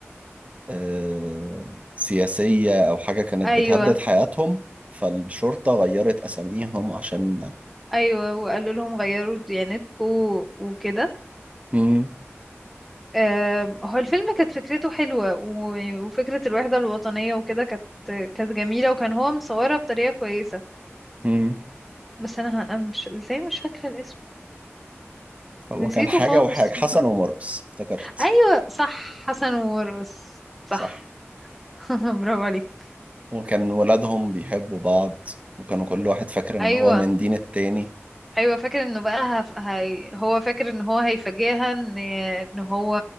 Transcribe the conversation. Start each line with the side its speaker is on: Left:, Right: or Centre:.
Right: آه، سياسية أو حاجة كانت
Centre: ايوه
Right: بتهدد حياتهم فالشرطة غيرت أساميهم عشان
Centre: ايوه وقالوا لهم غيروا ديانتكم وكده
Right: مم.
Centre: آه هو الفيلم كانت فكرته حلوة و- وفكرة الوحدة الوطنية وكده كانت كانت جميلة وكان هو مصورها بطريقة كويسة
Right: مم.
Centre: بس انا ه- أنا مش ازاي مش فاكرة الاسم
Right: هو
Centre: نسيته
Right: كان حاجة
Centre: خالص
Right: وحاجة حسن
Centre: <laughs>
Right: ومرقص افتكرت
Centre: ايوه صح حسن ومرقص صح
Right: صح
Centre: <laughs> برافو عليك
Right: وكان ولادهم بيحبوا بعض وكانوا كل واحد فاكر ان
Centre: ايوه
Right: هو من دين التاني
Centre: ايوه فاكر انه بقى هف... هي... هو فاكر ان هو هيفاجئها ان ان هو